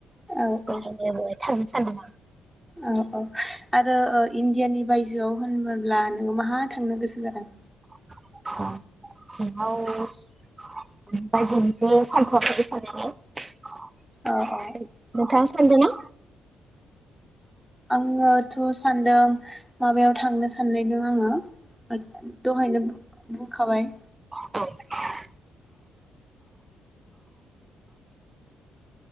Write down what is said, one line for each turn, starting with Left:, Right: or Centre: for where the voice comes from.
Centre: औ
Right: <inaudible>
Centre: औ
Right: थांनो सानदों आं।
Centre: औ औ आरो ओ इण्डियानि बायजोआव होनबोब्ला नोङो माहा थांनो गोसो जादों?
Right: <unintelligible> बायजोनिखौ सानथ'वाखै साननायालाय।
Centre: औ औ
Right: नोंथाङा सानदों ना?
Centre: आङोथ' सानदों माबायाव थांनो साननाय दों आंहा ओ दहायनो बुंखाबाय।
Right: <unintelligible>